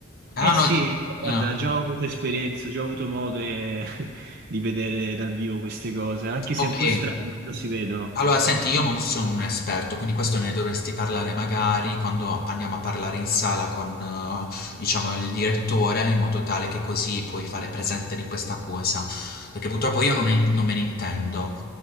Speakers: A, on the left; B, on the right.
A: Ah
B: Eh sì,
A: no, ti-
B: guarda,
A: ah,
B: già ho avuto esperienza, già ho avuto modo eh, <laughs> di vedere dal vivo queste cose, anche
A: ok.
B: se un po' strane, però si vedono.
A: Allora, senti, io non sono un esperto, quindi questo ne dovresti parlare magari quando andiamo a parlare in sala con, eh, diciamo, il direttore, in modo tale che così puoi fare presente di questa cosa, perché purtroppo io non, ne- non me ne intendo.